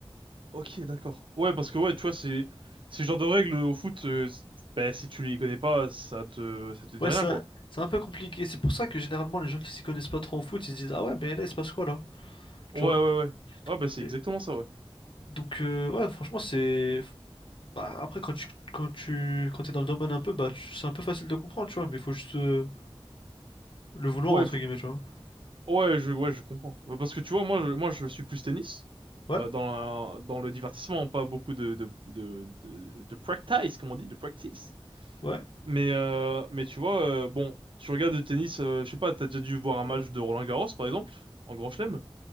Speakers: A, on the right; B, on the left.
A: Ok, d'accord. Ouais, parce que ouais, tu vois, c'est ce genre de règles euh, au foot. euh, c- bah, si tu les connais pas, ça te, ça te dit
B: Ouais,
A: rien,
B: c'est un,
A: quoi.
B: c'est un peu compliqué. C'est pour ça que généralement, les gens qui s'y connaissent pas trop en foot, ils se disent, ah ouais, mais là, il se passe quoi là?
A: Ouais,
B: Tu
A: ouais,
B: vois?
A: ouais. Ouais, bah c'est
B: Et
A: exactement ça, ouais.
B: Donc, euh, ouais, franchement, c'est. bah, après, quand tu, quand tu, quand t'es dans le domaine un peu, bah, tu- c'est un peu facile de comprendre, tu vois, mais il faut juste euh, le vouloir,
A: Ouais,
B: entre guillemets, tu vois.
A: Ouais, je, ouais, je comprends. Mais Parce que tu vois, moi, je, moi, je suis plus tennis
B: Ouais?
A: euh, dans la- dans le divertissement, pas beaucoup de de de de, de practice, comme on dit, de practice.
B: Ouais?
A: Mais euh, mais tu vois, euh, bon, tu regardes le tennis, euh, je sais pas, t'as déjà dû voir un match de Roland Garros, par exemple, en Grand Chelem.